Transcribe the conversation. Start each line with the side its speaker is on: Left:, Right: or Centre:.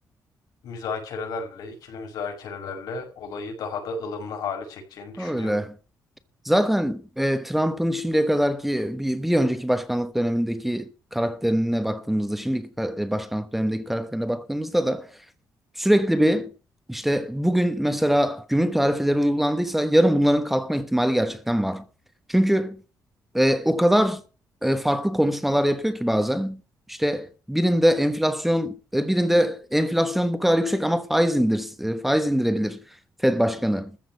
Left: müzakerelerle, ikili müzakerelerle olayı daha da ılımlı hale çekeceğini düşünüyorum.
Centre: Öyle. Zaten e, Trump'ın şimdiye kadarki bir, bir önceki başkanlık dönemindeki karakterine baktığımızda, şimdiki ka- e, başkanlık dönemindeki karakterine baktığımızda da sürekli bir işte bugün mesela gümrük tarifeleri uygulandıysa yarın bunların kalkma ihtimali gerçekten var. Çünkü e, o kadar e, farklı konuşmalar yapıyor ki bazen. İşte birinde enflasyon, e, birinde enflasyon bu kadar yüksek ama faiz indir, e, faiz indirebilir Fed Başkanı